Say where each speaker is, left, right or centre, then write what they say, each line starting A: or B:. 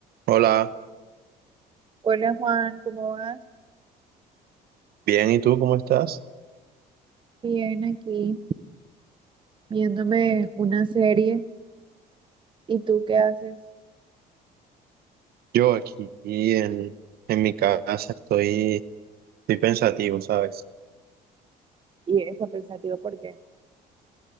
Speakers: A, on the right; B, on the right.
A: Hola,
B: Hola Juan, ¿cómo vas?
A: bien, ¿y tú cómo estás?
B: Bien, aquí viéndome una serie. ¿Y tú qué haces?
A: Yo aquí en, en mi casa estoy, estoy pensativo, ¿sabes?
B: Y eso, pensativo, ¿por qué?